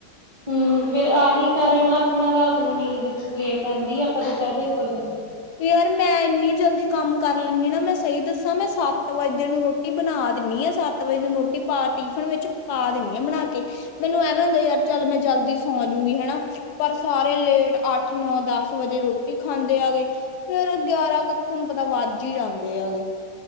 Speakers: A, on the right; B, on the left.
A: ਹੂੰ ਫਿਰ ਆਹੀ ਕਾਰਨ ਆ ਆਪਣਾ ਰਾਤ ਨੂੰ ਨੀਂਦ ਲੇਟ ਆਂਦੀ ਆ ਆਪਾਂ ਦੁਪਹਿਰੇ ਸੋ ਜਾਂਦੇ।
B: ਯਾਰ ਮੈਂ ਇੰਨੀ ਜਲਦੀ ਕੰਮ ਕਰ ਲੈਂਨੀ ਹ ਨਾ, ਮੈਂ ਸਹੀ ਦੱਸਾਂ ਮੈਂ ਸੱਤ ਵੱਜੇ ਨੂੰ ਰੋਟੀ ਰੋਟੀ ਬਣਾ ਦਿੰਨੀ ਆ ਸੱਤ ਵਜੇ ਦਿਨ ਰੋਟੀ ਪਾ ਟਿਫਨ ਵਿੱਚ ਪਾ ਦੇਨੀ ਆ ਬਣਾ ਕੇ। ਮੈਨੂੰ ਐਵੇਂ ਹੁੰਦਾ ਯਾਰ ਚੱਲ ਮੈਂ ਜਲਦੀ ਸੌ ਜੂਗੀ ਹਨਾ। ਪਰ ਸਾਰੇ ਲੇਟ ਅੱਠ, ਨੌ, ਦਸ ਵਜੇ ਰੋਟੀ ਖਾਂਦੇ ਆ ਗੇ। ਫੇਰ ਗਿਆਰਾਂ ਕ ਤਾਂ ਤੁਹਾਨੂੰ ਪਤਾ ਵੱਜ ਹੀ ਜਾਂਦੇ ਆਗੇ।